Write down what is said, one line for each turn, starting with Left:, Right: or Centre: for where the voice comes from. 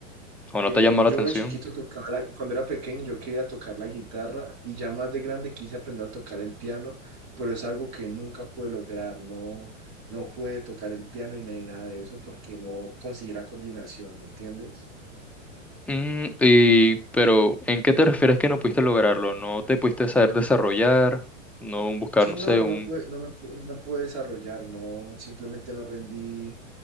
Centre: o no
Right: Eh,
Centre: te ha llamado
Right: yo
Centre: la atención.
Right: de chiquito tocaba, la- cuando era pequeño yo quería tocar la guitarra y ya más de grande quise aprender a tocar el piano, pero es algo que nunca pude lograr, no, no pude tocar el piano y ni nada de eso porque no conseguí la coordinación, ¿me entiendes?
Centre: Mm, y... Pero, ¿en qué te refieres que no pudiste lograrlo? ¿No te pudiste saber desarrollar? ¿No buscar,
Right: Sí,
Centre: no
Right: no,
Centre: sé,
Right: no
Centre: un...
Right: me pude, no me pude, no me pude desarrollar, no, simplemente no rendí